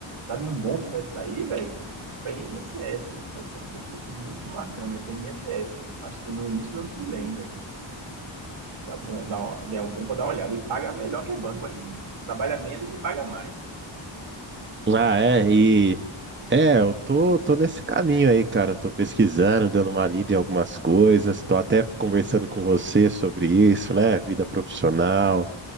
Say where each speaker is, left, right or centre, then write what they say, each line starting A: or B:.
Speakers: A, on the right; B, on the right.
A: Sabe um bom que vai sair, velho? É para INSS, hein? Vai ser um concurso muito bacana, é para INSS. Acho que no início do ano que vem, velho. Dá bom, dá, uma- dá um bom para dar uma olhada. E paga melhor que banco ainda. né? Trabalha menos e paga mais.
B: Ah, é, e É, eu tô, tô nesse caminho aí, cara. Tô pesquisando, dando uma lida em algumas coisas. Tô até conversando com você sobre isso, né? Vida profissional,